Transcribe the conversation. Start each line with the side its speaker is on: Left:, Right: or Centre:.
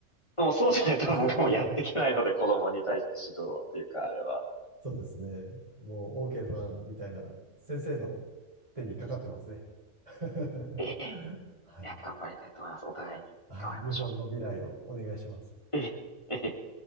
Left: でもそうじゃないと
Right: <laughs>
Left: <laughs> 僕もやっていけないので、子供に対して指導というか、あれは。
Right: そうですね。もう、OK さんみたいな先生の手にかかってますね。<laughs>
Left: ええ、
Right: はい。
Left: いや、頑張りたいと思います。お互いに頑張りましょ
Right: はい。日本の未来をお願いします。
Left: う。ええ、ええ。